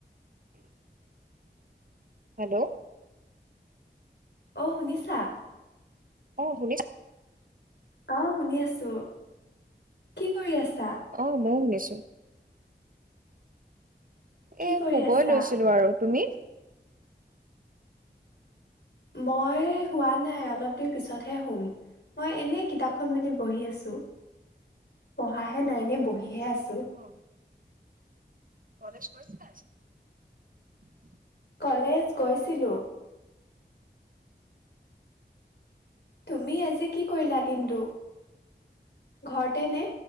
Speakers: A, on the right; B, on the left.
A: <inaudible> Hello
B: অ শুনিছা
A: অ শুনিছো
B: অ শুনি আছো কি কৰি আছ
A: অ ময়ো শুনিছো <inaudible>
B: কি
A: এ
B: কৰি
A: শুবই
B: আছা
A: লৈছিলো আৰু তুমি
B: মই হোৱা নাই অলপ দেৰি পিছতহে হুম মই এনেই কিতাপখন মেলি বহি আছো পঢ়াহে নাই এনে বহিহে আছো
A: অ কলেজ কৰিছিল আজ
B: কলেজ গৈছিলো তুমি আজি কি কৰিলা দিনটো ঘৰতে নে